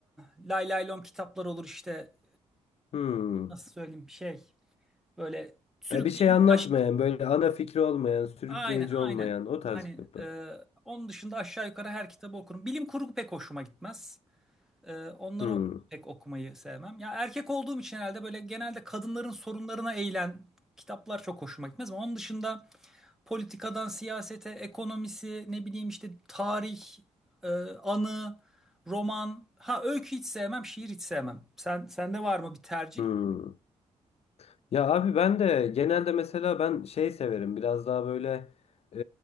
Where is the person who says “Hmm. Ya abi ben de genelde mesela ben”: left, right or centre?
Left